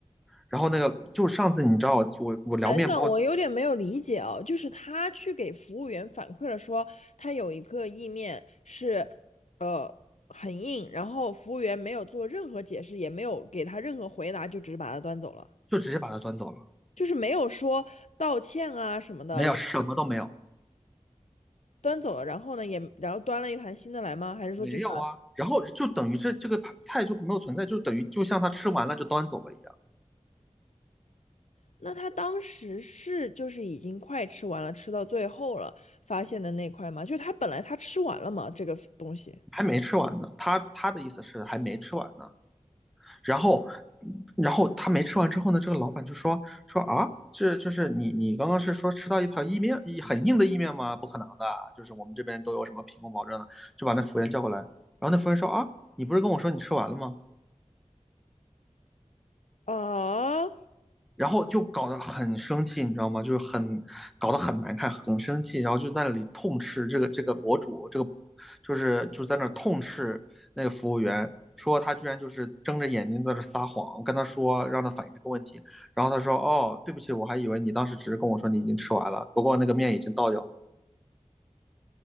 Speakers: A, in the centre; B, on the left.
A: 然后那个就是上次你知道我我我聊面包
B: 等等，我有点没有理解哦，就是他去给服务员反馈了说，他有一个意面是，呃，很硬，然后服务员没有做任何解释，也没有给他任何回答，就只是把他端走了，
A: 就直接把它端走了，
B: 就是没有说道歉啊什么的，
A: 没有什么都没有，
B: 也端走了。然后呢，也然后端了一盘新的来吗？还是说就是
A: 没有啊。然后就等于这这个菜就没有存在，就等于就像他吃完了就端走了一样，
B: 那他当时是就是已经快吃完了，吃到最后了，发现的那块吗？就是他本来他吃完了嘛，这个东西
A: 还没吃完呢。他他的意思是还没吃完呢，然后，然后他没吃完之后呢，这个老板就说说啊，这就是你你刚刚是说吃到一条意面很硬的意面吗？不可能的，就是我们这边都有什么品控保证的，就把那服务员叫过来。然后那服务员说啊，你不是跟我说你吃完了吗？
B: 啊，
A: 然后就搞得很生气，你知道吗？就是很搞得很难看，很生气，然后就在那里痛斥这个这个博主，这个就是就在那痛斥那个服务员，说他居然就是睁着眼睛在这撒谎，跟他说让他反映这个问题，然后他说哦，对不起，我还以为你当时只是跟我说你已经吃完了，不过那个面已经倒掉了。